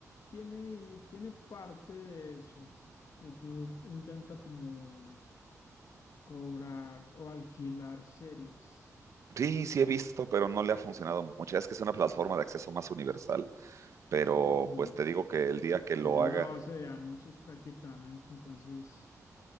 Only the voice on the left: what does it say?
tiene, y tiene parte de eso. YouTube intenta como cobrar o alquilar series.
Mm.
Funciona
a base de anuncios prácticamente, entonces.